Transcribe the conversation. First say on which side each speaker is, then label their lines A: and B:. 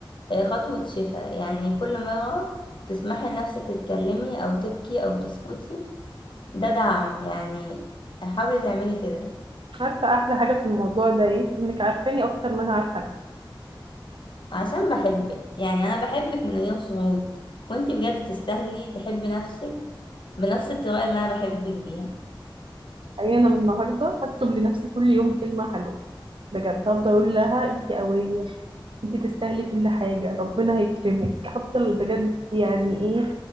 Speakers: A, on the left (about 65°); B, on the right (about 75°).
A: هي خطوة شفاء يعني كل مرة تسمحي لنفسك تتكلمي أو تبكي أو تسكتي ده دعم يعني حاولي تعملي كده
B: عارفة أحلى حاجة في الموضوع ده إيه؟ إنك عارفاني أكتر ما أنا عارفة نفسي
A: عشان بحبك يعني أنا بحبك من غير شروط وانتي بجد تستاهلي تحبي نفسك بنفس الطريقة اللي أنا بحبك بيها
B: يعني أنا من النهاردة هكتب لنفسي كل يوم كلمة حلوة بجد هفضل أقول لها أنت قوية أنت تستاهلي كل حاجة ربنا هيكرمك هفضل بجد يعني إيه